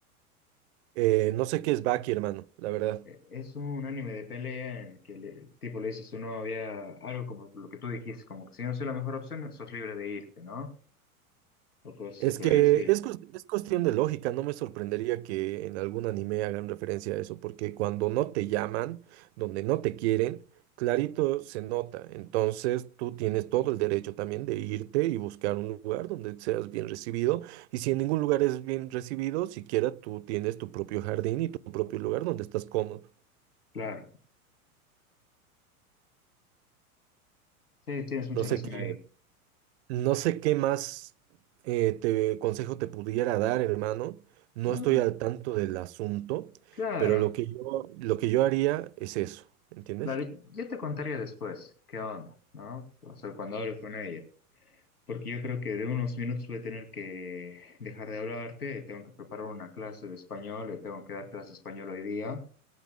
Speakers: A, on the right; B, on the left.
A: Eh, no sé qué es Baki, hermano, la verdad.
B: E- Es un anime de pelea en el que le- el tipo le dice a su novia algo como lo que tú dijiste, como que si no soy la mejor opción, sos libre de irte, ¿no? O cosas así
A: Es
B: por
A: que
B: el estilo.
A: es, cues- es cuestión de lógica, no me sorprendería que en algún anime hagan referencia a eso, porque cuando no te llaman, donde no te quieren, clarito se nota. Entonces tú tienes todo el derecho también de irte y buscar un lugar donde seas bien recibido. Y si en ningún lugar es bien recibido, siquiera tú tienes tu propio jardín y tu propio lugar donde estás cómodo.
B: Claro. Sí, tienes mucha
A: No sé
B: razón
A: qué
B: ahí.
A: No sé qué más eh, te, consejo te pudiera dar, hermano. No
B: No,
A: estoy al tanto del asunto,
B: claro,
A: pero lo que yo, lo que yo haría es eso, ¿entiendes?
B: claro. Yo te contaría después qué onda, ¿no? O sea, cuando hable con ella. Porque yo creo que de unos minutos voy a tener que dejar de hablarte, tengo que preparar una clase de español, le tengo que dar clase de español hoy día,